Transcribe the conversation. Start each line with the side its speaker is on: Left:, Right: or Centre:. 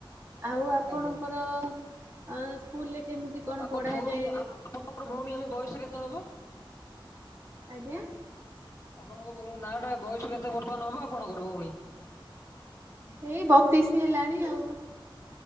Right: ଆଉ ଆପଣଙ୍କର
Left: ଆଜ୍ଞା।
Right: ଅ ସ୍କୁଲରେ କେମିତି କଣ
Left: ଆଉ
Right: ପଢାଯାଏ
Left: ଭଉଣୀ ଆ ଆପଣଙ୍କର ଭଉଣୀ ଏବେ ବୟସ କେତେ ହବ?
Right: ଆଜ୍ଞା
Left: ଆପଣଙ୍କ ଭଉଣୀ ନା ଟା ବୟସ କେତେ ବର୍ତ୍ତମାନ ହବ ଆପଣଙ୍କର ଭଉଣୀ?
Right: ଏଇ ବତିଶ ହେଲାଣି ଆଉ।